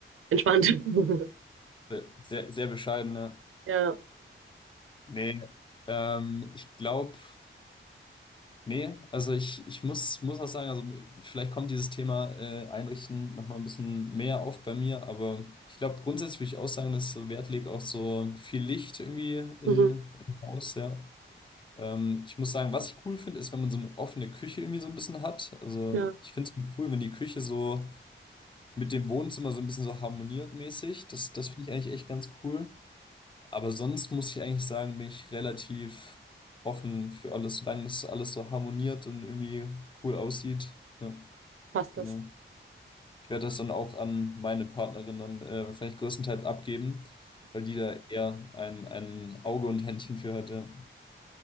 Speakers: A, on the right; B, on the left.
A: entspannt. <laughs>
B: Sehr, sehr, sehr bescheidene.
A: Ja,
B: Nee, ähm, ich glaube, nee, also ich, ich muss, muss auch sagen, also vielleicht kommt dieses Thema äh, Einrichten nochmal ein bisschen mehr auf bei mir, aber ich glaube, grundsätzlich würde ich auch sagen, dass ich so Wert legt auf so viel Licht irgendwie in,
A: mhm,
B: im Haus, ja. Ähm, ich muss sagen, was ich cool finde, ist, wenn man so eine offene Küche irgendwie so ein bisschen hat. Also
A: ja,
B: ich finde es cool, wenn die Küche so mit dem Wohnzimmer so ein bisschen so harmoniert mäßig. Das, das finde ich eigentlich echt ganz cool. Aber sonst muss ich eigentlich sagen, bin ich relativ offen für alles, solange es alles so harmoniert und irgendwie cool aussieht. Ja,
A: passt
B: genau.
A: das.
B: Ich werde das dann auch an meine Partnerin dann äh, wahrscheinlich größtenteils abgeben, weil die da eher ein, ein Auge und Händchen für hat. Ja.